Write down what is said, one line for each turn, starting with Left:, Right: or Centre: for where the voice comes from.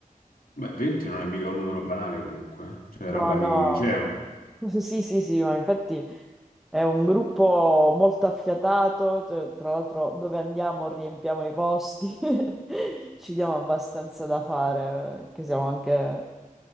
Left: Beh, 20 non è mica un numero banale comunque, eh. cioè
Centre: No,
Left: è roba
Centre: no,
Left: di liceo.
Centre: <laughs> sì, sì, sì, ma infatti è un gruppo molto affiatato, t- tra l'altro dove andiamo riempiamo i posti, <laughs> ci diamo abbastanza da fare, eh, che siamo anche